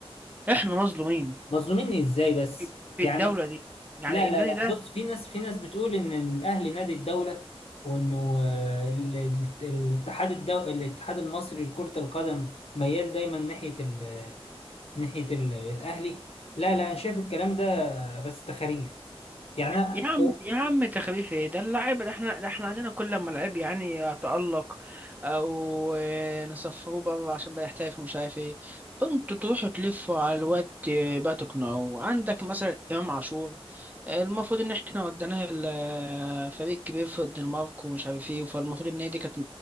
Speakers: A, on the right; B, on the left.
A: احنا مظلومين
B: مظلوميني ازاي بس
A: في في
B: يعني
A: الدولة دي يعني
B: لا
A: النادي
B: لا لا
A: ده
B: بص في ناس في ناس بتقول ان الاهلي نادي الدوله وانه آه، ال- ال- الاتحاد الدو... الاتحاد المصري لكرة القدم ميال دايما ناحية ال... ناحية ال... الاهلي لا لا انا شايف الكلام ده بس تخاريف يعني أنا-
A: يا عم
B: أو-
A: يا عم تخفيف ايه ده اللعيب ده احنا ده احنا عندنا كل ما لعيب يعني يتألق او آه، نسفروه بره عشان بقى يحترف ومش عارف ايه انتوا تروحوا تلفوا على الواد آه، بقى تقنعوه عندك مثلا امام عاشور آه، المفروض ان احنا وديناه ال- آه، فريق كبير في الدنمارك ومش عارف ايه فالمفروض ان هي دي كانت